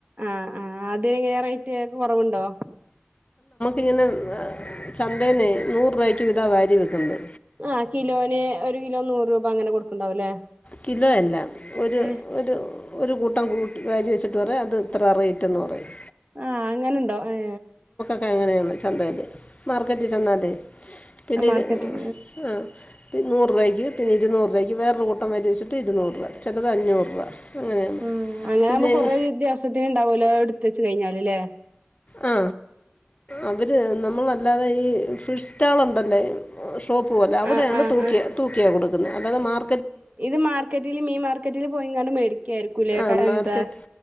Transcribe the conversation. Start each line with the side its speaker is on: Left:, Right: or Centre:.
Right: ആ ആ അതി റേറ്റ് കുറവുണ്ടോ?
Left: ഇങ്ങനേം ചന്തേന്നേ നൂറ് രൂപക്ക് ഇതാ വാരി വെക്കണ്
Right: ആഹ് കിലോന് ഒരു കിലോ നൂറ് രൂപ അങ്ങനെ കൊടുക്കണ്ടാവുംല്ലേ?
Left: കിലോയല്ല ഒരു
Right: ഏഹ്
Left: ഒരു! ഒരു കൂട്ടം കൂട്ട വാരിവെച്ചിട്ട് പറയും അത് ഇത്ര റേറ്റ്ന്ന് പറയും.
Right: ആ അങ്ങനെുണ്ടോ ഏ?
Left: അ അങ്ങനെയാണ് ചന്തേല് മാർക്കറ്റി ചെന്നാലെ പിന്നെ
Right: മാർക്കറ്റിൽ
Left: ഇത് ആ നൂറുരൂപയ്ക്ക് പിന്നെ ഇര്ന്നൂറ് രൂപക്ക് വേറൊരു കൂട്ടം വച്ചിട്ട് ഇര്ന്നൂറ് രൂപ! ചിലത് അഞ്ഞൂറ് രൂപ അങ്ങനെയാണ്
Right: ആ അങ്ങനാവുമ്പോ
Left: പിന്നെ
Right: കൊറെ
Left: ഈ
Right: വ്യത്യാസത്തിന് ഉണ്ടാവൂലെ എടുത്തെ! കഴിഞ്ഞാലല്ലേ?
Left: ആ! അവര് നമ്മളല്ലാതെ ഈ ഫിഷ് സ്റ്റാൾ ഉണ്ടല്ലോ? ഷോപ്പു പോലെ. അവിടെയാണ്
Right: ആ ആ
Left: തൂക്കിയ
Right: ആ
Left: തൂക്കിയാ കൊടുക്കുന്നത്. അല്ലാതെ മാർ
Right: ഇത് മാർക്കറ്റില് മീൻ മാർക്കറ്റില് പോയെങ്ങാനും മേടിക്കായിരിക്കൂല്ലേ?
Left: ആ
Right: ക്കാ
Left: മാർക്കറ്റ്
Right: എന്താ?